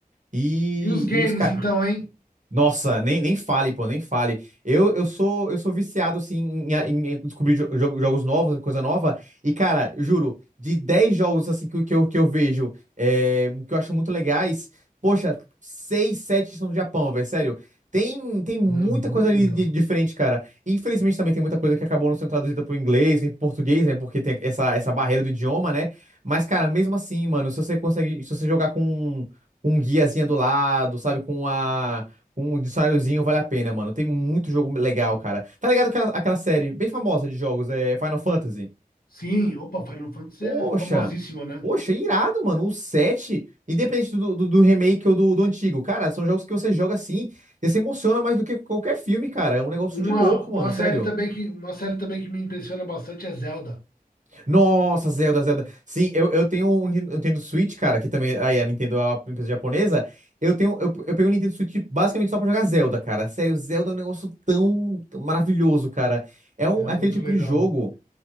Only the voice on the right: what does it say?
E,
e os caras.
Nossa, nem, nem fale, pô, nem fale. Eu, eu sou eu sou viciado assim em, em- em descobrir jo- jo- jogos novos, né, coisa nova. E cara, juro, de 10 jogos assim que, eu- que eu, que eu vejo, é, que eu acho muito legais, poxa, 6 7 são do Japão, velho, sério. Tem, tem muita
coisa ali
de, diferente, cara. Infelizmente também tem muita coisa que acabou não sendo traduzida pro inglês, nem pro português, né? Porque tem essa, essa barreira do idioma, né? Mas, cara, mesmo assim, mano, se você consegue, se você jogar com um guiazinha do lado, sabe, com a com um dicionáriozinho vale a pena, mano. Tem muito jogo legal, cara. Tá ligado aquela, aquela série bem famosa de jogos, é Final Fantasy?
Poxa!
Poxa, irado, mano. O 7 independente do, do, do remake ou do, do antigo, cara, são jogos que você joga assim e se emociona mais do que qualquer filme, cara. É um negócio
de louco,
mano.
Sério.
Nossa, Zelda, Zelda. Sim, eu, eu tenho um Nin- eu tenho Switch, cara, que também aí a Nintendo é uma empresa japonesa. Eu tenho eu, eu peguei o Nintendo Switch basicamente só pra jogar Zelda, cara. Sério, Zelda é um negócio tão tão maravilhoso, cara. É um
é aquele tipo
de jogo.